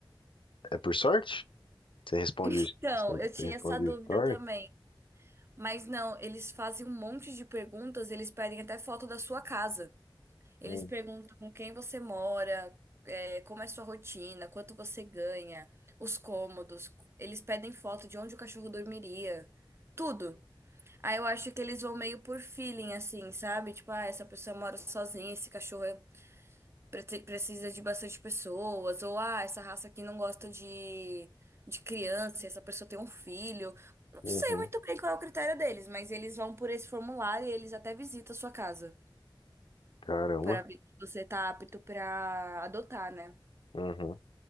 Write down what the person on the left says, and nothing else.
É por sorte? Você responde,
o s- você
você responde
o story?
Hum,
Uhum,
caramba.
Uhum,